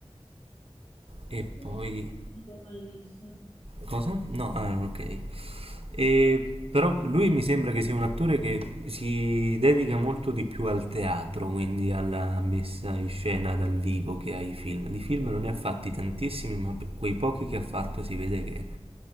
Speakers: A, on the right; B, on the left.
A: E
B: Doctor
A: poi...
B: Strange non l'ho mai visto.
A: Cosa? No, ah, ok. E, però lui mi sembra che sia un attore che si dedica molto di più al teatro, quindi alla messa in scena dal vivo che ai film. Di film non ne ha fatti tantissimi, ma per quei pochi che ha fatto si vede che,